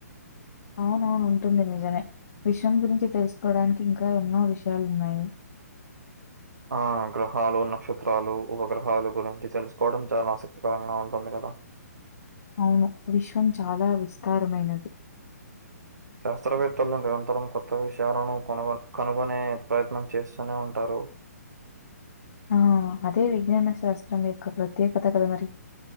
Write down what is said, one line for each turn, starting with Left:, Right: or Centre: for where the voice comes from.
Left: అవునవును ఉంటుంది నిజమే, విశ్వం గురించి తెలుసుకోవడానికి ఇంకా ఎన్నో విషయాలున్నాయి
Right: ఆ గ్రహాలు, నక్షత్రాలు, ఉపగ్రహాలు గురించి తెలుసుకోవడం చాలా ఆసక్తికరంగా ఉంటుంది గదా
Left: అవును విశ్వం చాలా విస్తారమైనది.
Right: శాస్త్రవేత్తలు నిరంతరం కొత్త విషయాలను కొను కనుగొనే ప్రయత్నం చేస్తూనే ఉంటారు. ఉ
Left: ఆ అదే విజ్ఞాన శాస్త్రం యొక్క ప్రత్యేకత కదా మరి.